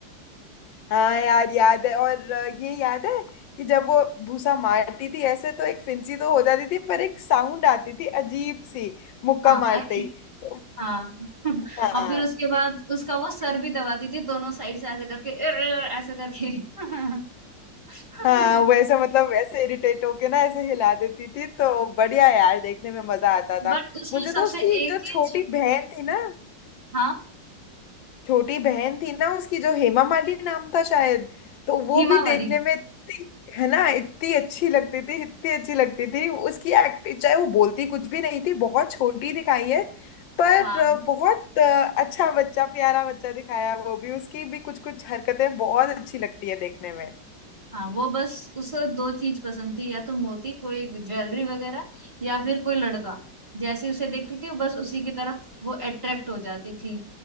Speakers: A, on the left (about 80°); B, on the right (about 15°).
A: हाँ यार याद है और अ, ये याद है कि जब वो भूसा मारती थी ऐसे तो एक फिंसी तो हो जाती थी पर एक साउंड आती थी अजीब सी मुक्का
B: हाँ
A: मारते
B: अरे
A: ही तो
B: हाँ <laughs>
A: हाँ
B: और फिर उसके बाद उसका वो सर भी दबाती थी दोनों साइड से ऐसे करके <laughs> "अर्र" ऐसे करके <laughs>
A: हाँ
B: हाँ
A: वैसे मतलब ऐसे इरिटेट होके ना ऐसे हिला देती थी तो बढ़िया यार देखने में मजा आता था
B: बट उसमें
A: मुझे
B: सबसे
A: तो उसकी
B: एक
A: जो
B: चीज
A: छोटी बहन थी ना
B: हाँ
A: छोटी बहन थी ना उसकी जो हेमा माली नाम था शायद तो वो
B: हिमावरी
A: भी देखने में इतनी- है ना इतनी अच्छी लगती थी इतनी अच्छी लगती थी उसकी एक्टिंग चाहे वो बोलती कुछ भी नहीं थी बहुत छोटी दिखाई है पर
B: हाँ
A: अ, बहुत अ, अच्छा बच्चा प्यारा बच्चा दिखाया वो भी उसकी भी कुछ कुछ हरकतें बहुत अच्छी लगती है देखने में
B: हाँ वो बस उसको दो चीज पसंद थी या तो मोती कोई ज्वेलरी वगैरह या फिर कोई लड़का जैसे उसे देखती थी वो बस उसी की तरफ वो अट्रैक्ट हो जाती थी